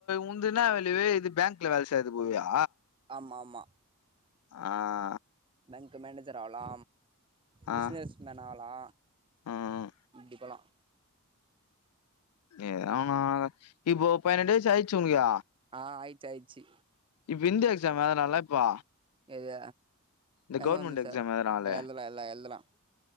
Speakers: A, on the left; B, on the right.
A: உந்து இன்ன வேல்யூவு இது பேங்க்ல வேல செய்யது போவியா
B: ஆமா ஆமா
A: ஆ
B: பேங்க் மேனேஜர் ஆவுலா
A: ஆ
B: பிசினஸ் மேன் ஆவுலா
A: ம்
B: இப்பலா
A: எதுனா ஒன்னு ஆக இப்போ பதினெட்டு வயசு ஆய்ச்சா உனக்கு
B: ஆ ஆயச்சி ஆயிச்சி
A: இப்ப இந்த எக்ஸாம் எழுதுனால்ல இப்ப
B: எது
A: இந்த
B: M
A: government
B: M S
A: exam
B: ஆ
A: எதனால
B: எழுதலா எல்லா எழுதலா